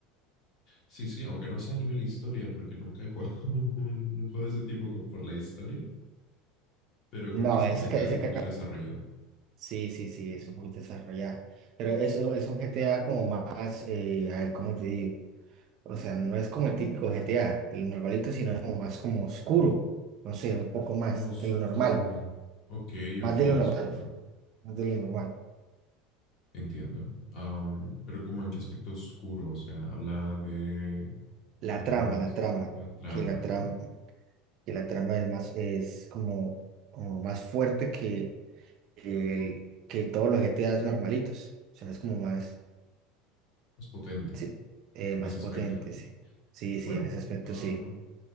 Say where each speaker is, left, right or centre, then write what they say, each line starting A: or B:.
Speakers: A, on the left; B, on the right.
A: Sí, sí, aunque no sea a nivel historia, porque nunca he jugado <laughs> un, un juego de ese tipo con- por la historia, pero
B: No,
A: creo que dicen
B: ese,
A: que la historia
B: ca- ese
A: está un
B: ca-
A: poquito desarrollada.
B: sí, sí, sí, es un poquito desarrollado. Pero eso es un GTA como más, eh, a ver, ¿cómo te digo? O sea, no es como el típico GTA, de lo normalito, sino como más como oscuro. No sé, un poco más
A: Oscuro.
B: de lo normal.
A: Ok,
B: Más
A: ok,
B: de lo normal.
A: oscuro.
B: Más de lo normal.
A: Entiendo. Am, pero como en qué aspecto oscuro, o sea, habla de
B: La
A: las-
B: trama, la trama.
A: la, trama,
B: Que la trama,
A: ¿no?
B: que la trama es más, es como, como más fuerte que, que el, que todos los GTAs normalitos. O sea, es como más.
A: Es potente
B: Sí, eh,
A: en
B: más
A: ese
B: potente,
A: aspecto.
B: sí. Sí, sí,
A: Bueno,
B: en ese aspecto
A: ah,
B: sí.